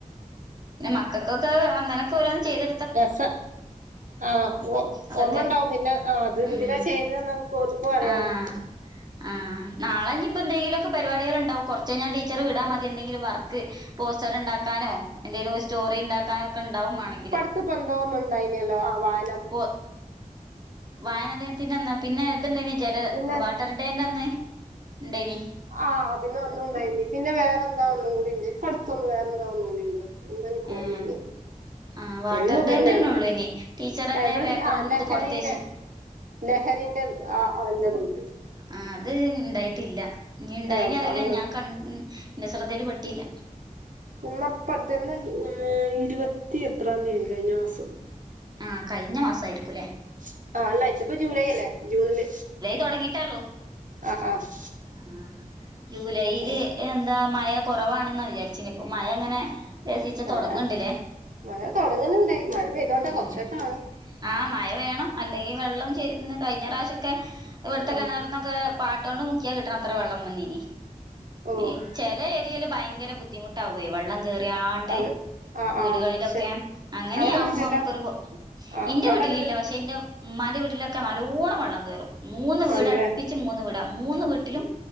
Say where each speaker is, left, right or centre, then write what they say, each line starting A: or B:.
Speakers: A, on the right; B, on the right.
A: ന്നെ മക്കക്കൊക്കവ് അങ്ങനക്കോരോ- ചെയ്ത്
B: രസ ആഹ ഓ
A: അതൊക്കെ
B: ഓർമ്മണ്ടാവും പിന്നെ ആ ത് ന്തിനാ
A: ഉം
B: ചെയ്തന്ന്. കോൽക്കു അറിയാലോ.
A: ആഹ് ആഹ്. നാളെഞ്ഞ്പ്പ ന്തേങ്കിലൊക്കെ പരിപാടികൾ ണ്ടാവും കൊർച്ചയ് ഞാ ടീച്ചർ വിടാ മതി എന്തെിലും വർക്ക് പോസ്റ്ററ്ണ്ടാ- ക്കാനോ എന്തെലും സ്റ്റോറി ണ്ടാക്കാനോക്കെ ണ്ടാവു മാണെങ്കില്.
B: ത്പ്പന്തോ ന്ന്ണ്ടായിനല്ലോ ആ വായ
A: പോ വായനാദിനത്തിന്റന്നാ പിന്നെ ത്ണ്ടയ്നി ജല
B: പിന്നെ
A: വാ ട്ടർഡേന്റന്ന് ണ്ടനി.
B: ആഹ് അതിന് അന്നുണ്ടായിനി പിന്നെ വേറെന്താ ഒന്നും കൂടിണ്ട് പട്ത്തൊന്നും വേറെന്താ ഒന്നൂടിണ്ട്. എന്തൻ കോർമല്യ.
A: ഏഹ് ആഹ് വാട്ടർ
B: എന്നുതന്നേണ്
A: ഡേന്റെ തന്നെ ഉള്ളൂ ഇനി ടീച്ചറന്നെ
B: എവടെ
A: പേപ്പറും
B: ജ് ന്നെ ആഹ് ലെഹരിന്റെ.
A: ഇത് കൊടുത്തേച്ച്
B: ലഹരിന്റത് ആ അത്ൻ്റെ <unintelligible>
A: ആ അത് ണ്ടായിട്ടില്ല, ഞ് ണ്ടായി
B: ഏഹ്
A: നൊറില
B: അത്
A: ഞാ കൺ ന്റെ സ്രദ്ധേൽ പെട്ടില്ല.
B: ഉമ്മപ്പട്ത്ത് എന്നാ ആ ഇരുവത്തി എത്രാന്തിയേനി കൈഞ്ഞ മാസം.
A: ആഹ് കഴിഞ്ഞ മാസായിരിക്കൂല്ലേ
B: ശ് ആ ല്ല ഇത്പ്പോ ജൂലൈ അല്ലേ ജൂണ്ല്.
A: തൊട്ങ്ങിട്ടേള്ളു.
B: ആഹ് ആഹ്.
A: ആഹ് ആഹ് ജൂലായീല്
B: ആഹ്
A: എന്താ മയ കൊറവാണ് ന്നാ വിചാരിചീനെ പ്പമയങ്ങനെ. ലെസീച്ചെ
B: മഴ
A: തൊടങ്ങ്ണ്ട്ലെ?
B: മഴ തൊടങ്ങ്ണ് ണ്ട് മഴ പെയ്തോട്ടെ കൊർച്ചൊക്കാണ.
A: ഉം ആഹ് മയ വേണം, അല്ലെങ്കി വെള്ളം ശെന്ന് കയ്ഞ്ഞ റാ ശൊക്കെ- ഇവ്ട്ത്തെ
B: ആഹ്
A: കെണർന്നൊക്കെ പാട്ടോണ്ട് മുക്കിയാ കിട്ടണത്ര വെള്ളം വന്നീനി
B: ഓഹ്
A: ഇ ചെല ഏര്യേല് ഭയങ്കര ബുദ്ധിമുട്ടാവോയ് വെള്ളം. കേറ്യാണ്ട്
B: അതെ ആഹ്
A: വീട്കളിലൊക്കെ
B: ആഹ് ശെ
A: അങ്ങന്യാവും.
B: അവിടൊന്നുല്ലല്ലോ
A: പ്പമ്മക്കൊര്പൊ
B: ആഹ്
A: ന്റെ
B: അവിടെ
A: വീട്ട്ലില്ല
B: അങ്ങനെല്ല
A: പക്ഷെ ന്റെമ്മാന്റെ വീട്ട്ലൊ- ക്കെ നല്ലോണം വെള്ളം കേറും. മൂന്ന് വീട
B: ആണല്ലേ
A: ട്പ്പിച്ച് മൂന്ന് വീട മൂന്ന് വീട്ട്ലും.